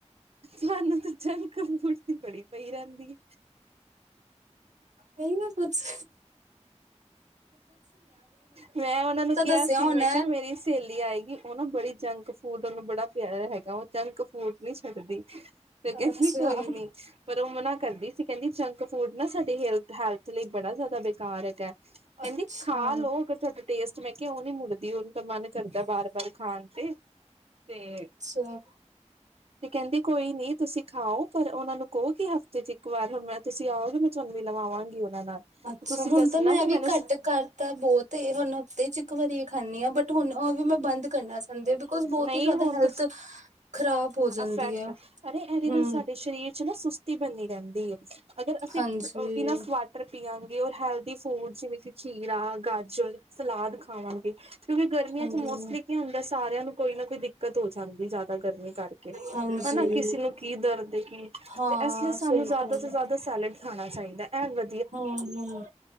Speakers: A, on the right; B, on the right.
A: ਮੈਨੂੰ ਤਾਂ ਜੰਕ ਫੂਡ ਦੀ ਬੜੀ ਪਈ ਰਹਿੰਦੀ ਹੈ
B: ਉਹਨੂੰ ਕੁਛ
A: ਮੈਂ ਉਹਨਾਂ ਨੂੰ ਕਿਹਾ
B: ਦੱਸਿਆ
A: ਸੀ
B: ਹੋਣਾ।
A: ਮੈਂ ਕਿਹਾ ਮੇਰੀ ਸਹੇਲੀ ਆਏਗੀ ਉਹ ਨਾ ਬੜੀ ਜੰਕ ਫੂਡ ਉਹਨੂੰ ਬੜਾ ਪਿਆਰ ਹੈਗਾ, ਉਹ ਜੰਕ ਫੂਡ ਵਿਚ ਕਰਦੀ, ਤੇ ਕਹਿੰਦੀ
B: ਅੱਛਾ,
A: ਕੋਈ ਨੀ, ਪਰ ਉਹ ਮਨਾ ਕਰਦੀ ਸੀ ਕਹਿੰਦੀ ਜੰਕ ਫੂਡ ਨਾ ਸਾਡੀ ਹੈਲਥ, ਹੈਲਥ ਲਈ ਬੜਾ ਜ਼ਿਆਦਾ ਬੇਕਾਰ ਹੈਗਾ, ਕਹਿੰਦੀ
B: ਅੱਛਾ,
A: ਖਾ ਲਓ ਅਗਰ ਤੁਹਾਡੇ ਟੇਸਟ ਮੈਂ ਕਿਹਾ ਉਹ ਨੀ ਮੁੜਦੀ ਉਹਨੂੰ ਤਾਂ ਮਨ ਕਰਦਾ ਬਾਰ- ਬਾਰ ਖਾਣ ਤੇ, ਤੇ
B: ਅੱਛਾ
A: ਤੇ ਕਹਿੰਦੀ ਕੋਈ ਨੀ ਤੁਸੀਂ ਖਾਓ ਪਰ ਉਹਨਾ ਨੂੰ ਕਹੋਗੇ ਹਫ਼ਤੇ 'ਚ ਇੱਕ ਵਾਰ ਹੁਣ ਮੈਂ ਤੁਸੀਂ ਆਓਗੇ ਮ ਝੁਣਨੀ ਲਵਾਂਗੀ ਉਹਨਾ ਨਾਲ
B: ਅੱਛਾ,
A: ਤੁਸੀਂ
B: ਹੁਣ
A: ਦੱਸਣਾ
B: ਤਾਂ ਮੈਂ
A: ਕਿ
B: ਵੀ
A: ਮੈਨੂੰ
B: ਘੱਟ ਕਰ ਤਾਂ ਬਹੁਤ ਹੁਣ ਹਫ਼ਤੇ ਚ ਇੱਕ ਵਾਰੀ ਖਾਂਦੀ ਹਾਂ ਬਟ ਹੁਣ ਉਹ ਵੀ ਮੈਂ ਬੰਦ ਕਰਨਾ ਚਾਹੁੰਦੇ, ਬਿਕੋਜ ਬਹੁਤ
A: ਨਹੀਂ
B: ਹੀ ਜ਼ਿਆਦਾ
A: ਹੁਣ
B: ਹੈਲਥ
A: ਤੁਸੀਂ
B: ਖ਼ਰਾਬ ਹੋ ਜਾਂਦੀ
A: ਅਫੈਕਟ,
B: ਹੈ
A: ਅਰੇ ਇਹਦੇ
B: ਹਮ
A: ਨਾਲ ਸਾਡੇ ਸਰੀਰ 'ਚ ਨਾ ਸੁਸਤੀ ਬਣਦੀ ਰਹਿੰਦੀ ਹੈ ਅਗਰ ਅਸੀਂ,
B: ਹਾਂਜੀ
A: ਇੰਨਾ ਸਵਾਦ ਪੀਆਂਗੇ ਔਰ ਹੈਲਦੀ ਫੂਡ ਜਿਵੇਂ ਕਿ ਖੀਰਾ, ਗਾਜਰ ਸਲਾਦ ਖਾਵਾਂਗੇ ਕਿਉਂਕਿ ਗਰਮੀਆਂ
B: ਹਾਂਜੀ
A: 'ਚ ਮੋਸਟਲੀ ਕੀ ਹੁੰਦਾ ਸਾਰਿਆਂ ਨੂੰ ਕੋਈ ਨਾ ਕੋਈ ਦਿੱਕਤ ਹੋ ਜਾਂਦੀ ਜ਼ਿਆਦਾ ਗਰਮੀ ਕਰਕੇ ਹਨਾ,
B: ਹਾਂਜੀ
A: ਕਿਸੇ ਨੂੰ ਕੀ ਦਰਦੇ ਕੀ
B: ਹਾਂ
A: ਤੇ ਇਸ ਲਈ ਸਾਨੂੰ
B: ਸਹੀ
A: ਜ਼ਿਆਦਾ
B: ਗੱਲ
A: ਤੋਂ ਜ਼ਿਆਦਾ ਸੈਲਡ ਖਾਣਾ ਚਾਹੀਦਾ ਹੈ ਇਹ ਵ
B: ਹਮ- ਹਮ-